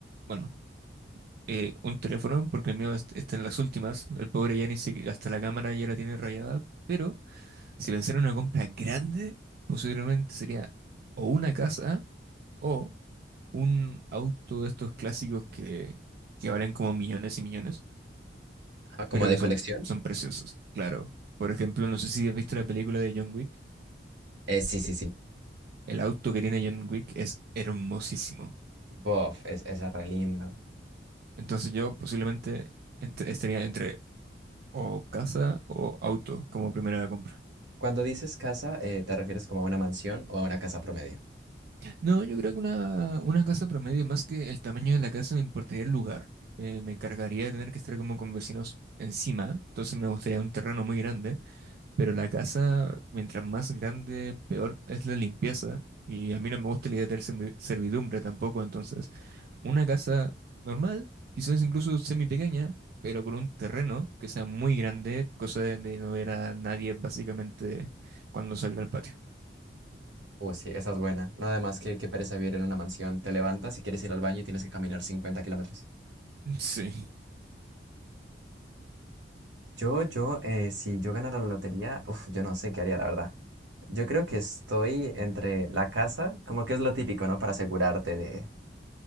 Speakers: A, on the right (about 60°); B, on the right (about 85°).
A: bueno, eh, un teléfono, porque el mío est- está en las últimas. El pobre ya ni siquiera, hasta la cámara ya la tiene rayada. Pero si pensara en una compra grande, posiblemente sería o una casa o un auto de estos clásicos que, que valen como millones y millones.
B: Ah, ¿Como
A: pero
B: de
A: que
B: colección?
A: son, son preciosos, claro. Por ejemplo, no sé si has visto la película de John Wick.
B: Eh, sí, sí, sí.
A: El auto que tiene John Wick es hermosísimo.
B: Bof, es, es re lindo.
A: Entonces yo posiblemente ent- estaría entre o casa o auto como primera compra.
B: Cuando dices casa, eh, ¿te refieres como a una mansión o a una casa promedio?
A: No, yo creo que una, una casa promedio, más que el tamaño de la casa, me importaría el lugar. Me, me cargaría de tener que estar como con vecinos encima. Entonces me gustaría un terreno muy grande. Pero la casa, mientras más grande, peor es la limpieza. Y a mí no me gusta la idea de tener servi- servidumbre tampoco. Entonces, una casa normal, quizás incluso semi pequeña, pero con un terreno que sea muy grande, cosa de de no ver a nadie básicamente cuando salga al patio.
B: Oh, sí, esa es buena. Nada además que, que pereza vivir en una mansión. Te levantas y quieres ir al baño y tienes que caminar cincuenta kilómetros.
A: <laughs> Sí.
B: Yo, yo, eh, si yo ganara la lotería, uf, yo no sé qué haría, la verdad. Yo creo que estoy entre la casa, como que es lo típico, ¿no? Para asegurarte de,